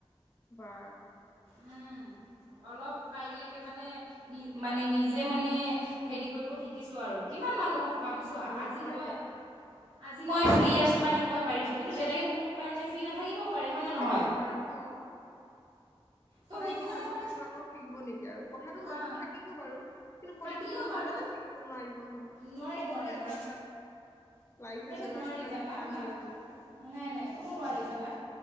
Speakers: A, on the left (about 25°); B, on the right (about 50°).
A: বা
B: উম অলপ পাৰিলকে মানে নি মানে নিজে মানে হেৰি কৰিব শিকিছো আৰু কি! কি মানুহক পাম চোৱা
A: অ
B: আজি
A: হয়
B: মই
A: দিয়া
B: আজি মই ফ্ৰী আছো কাৰণে মই পাৰিছো কিন্তু বেলেগ ম কাৰণ ফ্ৰী নাথাকিবওঁ পাৰে হয় ন
A: নাথাকিবও
B: নহয়
A: পাৰে অ
B: ত'
A: সদায়
B: সেইটো
A: কি
B: কাৰণে
A: মানুহক
B: মানে
A: তোমাৰ লগত থাকিব নেকি আৰু কথাটো
B: হা
A: কৈছো থাকিব বাৰু কিন্তু প্ৰতিটো
B: থাকিলেও
A: মুহূৰ্ততে।
B: বাৰু
A: থাকিব নোৱাৰিব নহয়
B: নোৱাৰি
A: সকলো
B: নোৱাৰি
A: এটা
B: নোৱাৰি
A: এটা। লাইফ
B: সেইটো
A: আছে
B: নোৱাৰি
A: বা কিবা
B: জানা
A: কিনি কাম
B: না
A: ওলাই মানুহহৰ--'
B: নাই নাই কোনো নোৱাৰি জানা